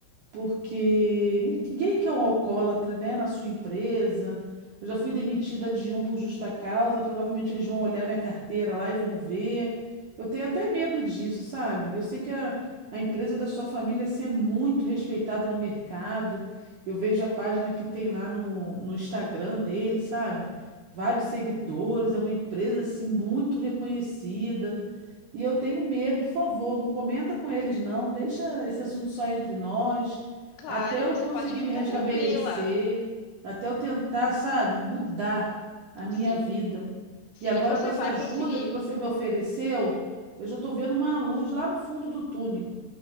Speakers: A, on the right (about 70°); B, on the left (about 80°).
A: porque ninguém quer um alcoólatra, né, na sua empresa. Eu já fui demitida de um por justa causa, provavelmente eles vão olhar minha carteira lá e vão ver. Eu tenho até medo disso, sabe? Eu sei que a, a empresa da sua família assim, é muito respeitada no mercado. Eu vejo a página que tem lá no, no Instagram dele, sabe? Vários seguidores, é uma empresa assim muito reconhecida. E eu tenho medo, por favor, não comenta com eles, não. Deixa esse assunto só entre nós.
B: Claro,
A: Até eu
B: você
A: conseguir
B: pode ficar
A: me restabelecer,
B: tranquila.
A: até eu tentar, sabe, mudar a minha
B: Sim,
A: vida.
B: sim,
A: E agora,
B: e você
A: com essa
B: vai
A: ajuda
B: conseguir.
A: que você me ofereceu, eu já estou vendo uma luz lá no fundo do túnel.